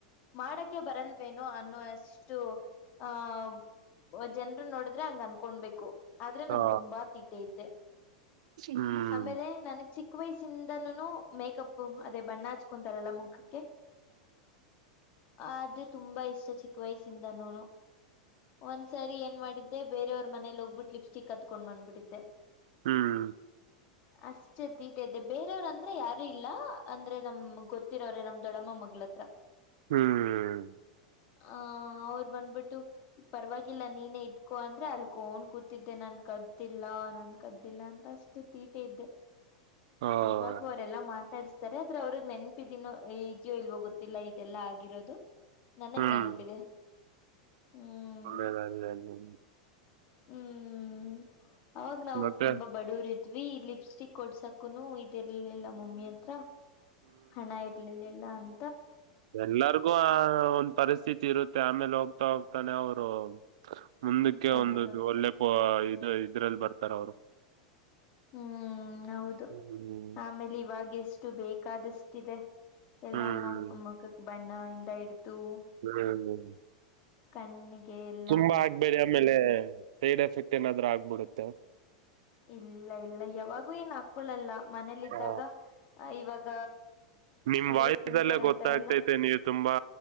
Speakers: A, on the left; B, on the right.
A: ಮಾಡಕ್ಕೆ ಬರಲ್ವೇನೋ ಅನ್ನೋ ಅಷ್ಟು ಆ ಜನ್ರು ನೋಡಿದ್ರೆ ಹಂಗ್ ಅನ್ಕೊಬೇಕು ಆದ್ರೆ ನನ್
B: ಹಾ
A: ತುಂಬಾ ತೀಟೆ ಇದ್ದೆ.
B: ಹ್ಮ್
A: ಆಮೇಲೆ ನನಗ್ ಚಿಕ್ಕ ವಯಸ್ಸಿಂದಾನೂನು ಮೇಕಪ್ ಅದೇ ಬಣ್ಣಾ ಅಚ್ ಕೊಂತಾರಲ್ಲ ಮುಖಕ್ಕೆ. ಆದು ತುಂಬಾ ಇಷ್ಟ ಚಿಕ್ಕ ವಯಸಿಂದನೂನು. ಒಂದ್ಸರಿ ಏನ್ ಮಾಡಿದ್ದೆ ಬೇರೆಯವ್ರ ಮನೇಲಿ ಹೋಗ್ಬಿಟ್ಟು ಲಿಪ್ಸ್ಟಿಕ್ ಕದ್ಕೊಂಡು ಬಂದ್ಬಿಟ್ಟಿದ್ದೆ.
B: ಹ್ಮ್
A: ಅಷ್ಟೇ ತೀಟೆ ಇದ್ದೆ ಬೇರೆಯವ್ರ ಅಂದ್ರೆ ಯಾರು ಇಲ್ಲ ಅಂದ್ರೆ ನಮ್ ಗೊತ್ತಿರೋರೆ ನಮ್ ದೊಡ್ಡಮ್ಮ ಮಗ್ಲೆ. ತ್ರ
B: ಹ್ಮ್
A: ಆ ಅವರು ಬಂದ್ಬಿಟ್ಟು. ಪರವಾಗಿಲ್ಲ ನೀನೇ ಇಟ್ಕೊ ಅಂದ್ರೆ ಅಳ್ಕೊಂಡ್ ಕೂತಿದ್ದೆ ನಾನ್ ಕದ್ದಿಲ್ಲ ನಾನ್ ಕದ್ದಿಲ್ಲ ಅಂತ ಅಷ್ ಅಷ್ಟ್ ತೀಟೆ ಇದ್ದೆ.
B: <inaudible> ಓಯ್,
A: ಇವಾಗು ಅವ್ರೆಲ್ಲಾ ಮಾತಾಡ್ಸ್ತಾರೆ ಆದ್ರೆ ಅವ್ರಗ್ ನೆನ್ಪಿದೀನೋ ಇದ್ಯೋ ಇಲ್ವೋ ಗೊತ್ ತ್ತಿಲ್ಲ ಇದೆಲ್ಲಾ ಆಗಿರೋದು ನನಗ್
B: ಹ್ಮ್
A: ನೆನ್ಪಿದೆ. ಹ್ಮ್
B: ಒಳ್ಳೆದಾಗ್ಲಿ ಎಲ್ಲಾರ್ಗು
A: ಹ್ಮ್ ಅವಾಗ್ಲು ಅವ್ರ್
B: ಮತ್ತೆ
A: ತುಂಬಾ ಬಡೂವ್ರಿದ್ವಿ ಲಿಪ್ಸ್ಟಿಕ್ ಕೊಡ್ಸಕುನು ಇದಿರ್ಲಿಲ್ಲ ಮಮ್ಮಿ ಹತ್ರ. ಹಣ ಇರ್ಲಿಲ್ಲಿಲ್ಲಾ ಅಂತ್
B: ಎಲ್ಲರಿಗೂ ಆ ಒಂದ್ ಪರಿಸ್ಥಿತಿ ಇರುತ್ತೆ ಆಮೇಲೆ ಹೋಗ್ತಾ ಹೋಗ್ತಾನೆ ಅವರು. ಮುಂದಕ್ಕೆ
A: ಹ್ಮ ಚೆನ್ನಾಗ್
B: ಒಂದು
A: ಆಗ್ತದೆ
B: ಒಳ್ಳೆ ಪೊ ಇದು ಇದ್ರಲ್ಲಿ ಬರ್ತಾರ ಅವ್ರು.
A: ಹ್ಮ್ ಹೌದು
B: ಹ್ಮ್
A: ಆಮೇಲೆ ಇವಾಗ ಎಷ್ಟು ಬೇಕಾದಷ್ಟಿದೆ. ಎಲ್ಲಾ
B: ಹ್ಮ್
A: ಮ ಮಖಕ್ ಬಣ್ಣ ಇಂದ ಇಡ್ದು.
B: ಹ್ಮ್ ಹ್ಮ್
A: ಕಣ್ಣಿಗೆಲ್ಲ
B: ತುಂಬಾ ಆಕ್ಬೆಡಿ ಆಮೇಲೆ ಸೈಡ್ ಎಫೆಕ್ಟ್ ಏನಾದ್ರು ಆಗ್ಬಿಡುತ್ತೆ.
A: ಇಲ್ಲ ಇಲ್ಲ ಯಾವಾಗೂ ಏನ್ ಹಾಕ್ಕೊಳಲ್ಲ. ಮನೇಲಿ ಇದ್ದಾಗ
B: ಆ,
A: ಇವಾಗ
B: ನಿಮ್
A: ಅಂದ್ರೆ
B: ವಾಯಸ್ಸಲ್ಲೇ
A: ಸ್ಕಿನ್ ಕೇರ್
B: ಗೊತ್ತಾಗ್ತೈತೆ
A: ಅಂತಾರಲ್ಲ
B: ನೀವ ತುಂಬಾ